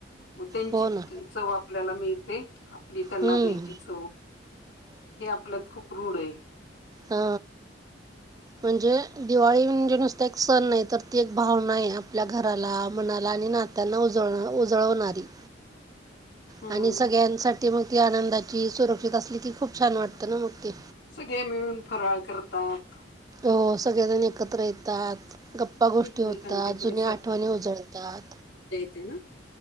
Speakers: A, on the left (about 85°); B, on the right (about 20°).
A: मग त्यांची
B: हो ना
A: चव आपल्याला मिळते आपली त्यांना
B: हम्म
A: द्यायची चव हे आपल्यात खूप रूल आहे.
B: हा म्हणजे दिवाळी. म्हणजे नस एक सण आहे तर ती एक भावना आहे आपल्या घराला मनाला आणि नाताला. उजळनारी.
A: हम्म
B: आणि सगळ्यांसाठी मग ती आनंदाची सुरक्षित असली की खूप छान वाटत ना मग ती
A: सगळे मिळून फराळ करतात
B: हो सगळेजण. एकत्र येतात गप्पा गोष्टी
A: एकमेकांच्याकडे
B: होतात जुन्या आठवणी उजळतात.
A: ते ना.